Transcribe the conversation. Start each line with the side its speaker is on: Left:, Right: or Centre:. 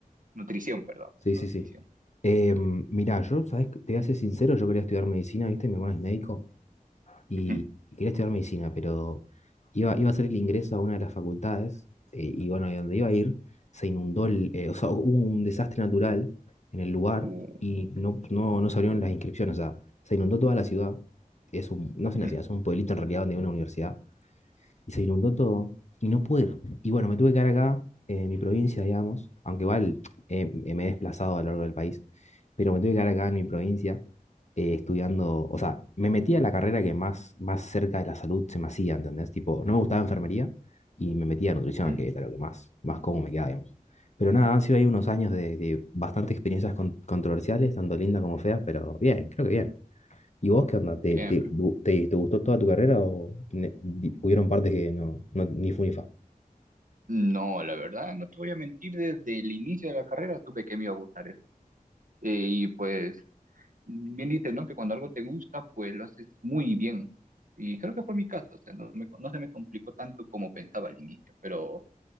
Right: Nutrición, perdón,
Left: Sí,
Right: pero no
Left: sí,
Right: nutrición.
Left: sí. mira mirá, yo, ¿sabes? Te voy a ser sincero, yo quería estudiar medicina, ¿viste? Mi hermano es médico. y
Right: Ujú.
Left: quería estudiar medicina, pero iba, iba a hacer el ingreso a una de las facultades eh, y bueno, de donde iba a ir se inundó, el, eh, o sea, <laughs> hubo un desastre natural en el lugar
Right: Uh,
Left: y no, no, no se abrieron las inscripciones, o sea, se inundó toda la ciudad, es un, no es
Right: ujú,
Left: una ciudad, es un pueblito en realidad donde hay una universidad y se inundó todo y no pude ir. Y bueno, me tuve que quedar acá, eh, en mi provincia, digamos, aunque igual eh, eh, me he desplazado a lo largo del país, pero me tuve que quedar acá en mi provincia eh, estudiando, o sea, me metí a la carrera que más, más cerca de la salud se me hacía, ¿entendés? Tipo, no me gustaba enfermería y me metí a nutrición,
Right: ujú.
Left: que era lo que más, más cómodo me quedaba, digamos. Pero nada, han sido ahí unos años de, de bastantes experiencias con- controversiales, tanto lindas como feas, pero bien, creo que bien. ¿Y vos qué onda? ¿Te,
Right: Bien,
Left: te,
Right: pero-
Left: gu- te, te gustó toda tu carrera o ne- di- hubieron partes que no, no ni fu ni fa?
Right: No, la verdad, no te voy a mentir, desde el inicio de la carrera supe que me iba a gustar eso. Eh, y pues, bien dices, ¿no? Que cuando algo te gusta, pues lo haces muy bien. Y creo que fue mi caso, o sea, no, me- no se me complicó tanto como pensaba al inicio, pero